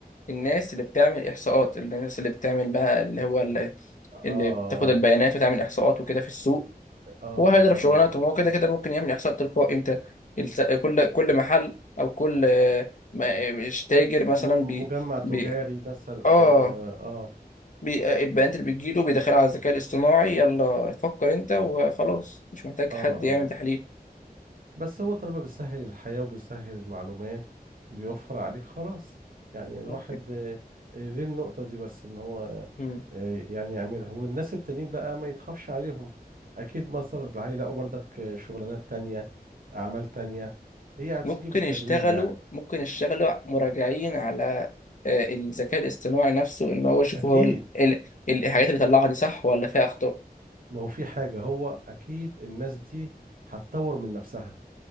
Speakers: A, on the left; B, on the right.
A: الناس اللي بتعمل إحصاءات الناس اللي بتعمل بقى اللي هو اللي,
B: اه
A: اللي بتاخد البيانات وتعمل إحصاءات وكده في السوق
B: اه
A: هو هيضرب
B: اه
A: شغلانته هو كده كده ممكن يعمل إحصاء تلقائي انت الس- كل كل محل أو كل آه، ما- مش تاجر مثلا
B: م-
A: بي,
B: مجمع تجاري
A: بي
B: مثلا
A: اه
B: أو اه
A: بي- البيانات اللي بتجيله بيدخلها على الذكاء الاصطناعي يلا فكر انت وخلاص مش محتاج
B: اه
A: حد يعمل
B: آه.
A: تحليل
B: بس هو طالما بيسهل الحياة وبيسهل المعلومات وبيوفر عليك خلاص يعني الواحد
A: ممكن
B: آه، آه، ليه النقطة دي بس ان هو آه،
A: مم.
B: آه، يعني يعملها والناس التانيين بقى ما يتخافش عليهم اكيد مصر هيلاقوا برضك آه، شغلانات تانية اعمال تانية هي هتيجي
A: ممكن
B: بالتدريج
A: يشتغلوا
B: يعني
A: ممكن يشتغلوا مراجعين على آه، الذكاء الاصطناعي نفسه ان هو يشوف
B: اكيد
A: هو ال- ال- ال- الحاجات اللي طلعها دي صح ولا فيها اخطاء
B: ما هو في حاجة هو اكيد الناس دي هتطور من نفسها